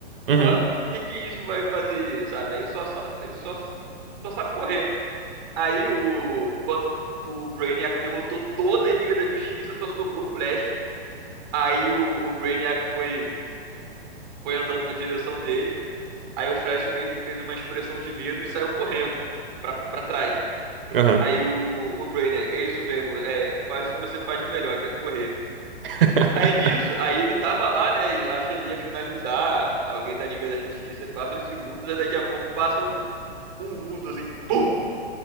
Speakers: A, on the right; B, on the right.
A: Uhum,
B: Qual- o que que isso vai fazer, sabe? Ele só, só- ele só, só sabe correr. Aí o, quando- o Brainiac derrotou toda a Liga da Justiça, só sobrou o Flash. Aí o, o Brainiac foi, foi andando na direção dele. Aí o Flash meio que fez uma expressão de medo e saiu correndo pra, pra trás.
A: aham.
B: Aí o, o Brainiac, é isso mesmo, é, faz o que você faz de melhor, que é correr.
A: <laughs>
B: Aí nisso, aí ele tava lá, né? E acho que ele ia finalizar alguém da Liga da Justiça, e passa uns segundos, aí daqui a pouco passa um, um vulto assim, BUM!